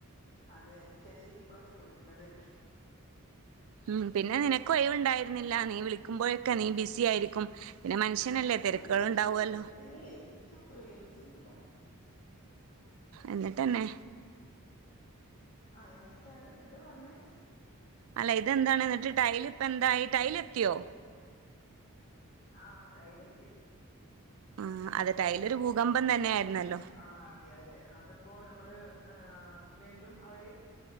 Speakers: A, on the left (about 35°); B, on the right (about 65°).
A: അതെ അയിന് ശേഷം ഇപ്പളാ ചോദിക്കണത്.
B: ഉം പിന്നെ നിനക്ക് ഒഴിവുണ്ടായിരുന്നില്ല നീ വിളിക്കുമ്പോഴൊക്കെ നീ ബിസി ആയിരിക്കും. പിന്നെ മനുഷ്യനല്ലേ
A: ഞാനത്ര
B: തിരക്കുകൾ
A: പ്രശ്നം
B: ഉണ്ടാവുമല്ലോ
A: ഇല്ലേ എനിക്കത്ര വല്ല്യ വിഷയോന്നുണ്ടായിരുന്നില്ല.
B: എന്നിട്ടന്നെ
A: ആ എന്നിട്ടത് എന്താ പ പറഞ്ഞു
B: അല്ല ഇതെന്താണ് എന്നിട്ട് ടൈലിപ്പന്തായി ടൈൽ എത്തിയോ?
A: ആ ടൈലെത്തി.
B: ആ അതെ
A: ടൈലിപ്പോ
B: ടൈലൊരു ഭൂകമ്പം തന്നെ ആയിരുന്നല്ലോ
A: ആ അതെ അതെ അതിപ്പോ നമ്മള് ആ വീണ്ടും അവര്